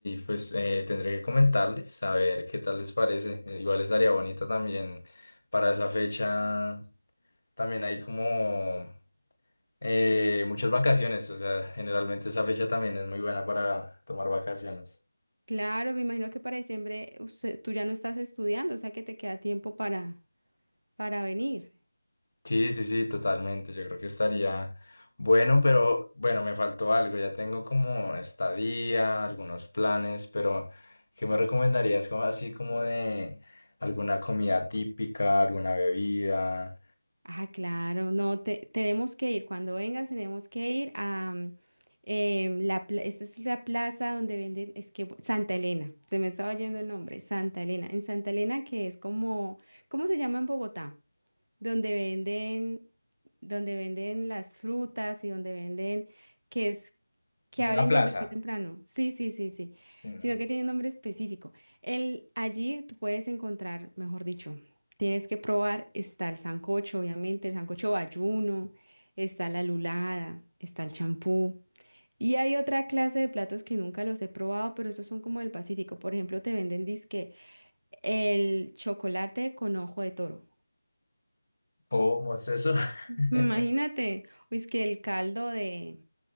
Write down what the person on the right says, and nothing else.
Claro, me imagino que para diciembre usted- tú ya no estás estudiando, o sea que te queda tiempo para, para venir.
Ah, claro, no, te- tenemos que ir. Cuando vengas tenemos que ir a mm, em, la, pla- esa es la plaza donde venden, es que Santa Elena, se me estaba yendo el nombre, Santa Elena. En Santa Elena que es como, ¿cómo se llama en Bogotá? donde venden, donde venden las frutas y donde venden, que es, que
abren
desde muy temprano. Sí, sí, sí, sí.
Sino que tiene un nombre específico. El, allí tú puedes encontrar, mejor dicho, tienes que probar, está el sancocho, obviamente, el sancocho bayuno, está la lulada, está el champú. Y hay otra clase de platos que nunca los he probado, pero esos son como del Pacífico. Por ejemplo, te venden disque el chocolate con ojo de toro.
Imagínate, uy, es que el caldo de,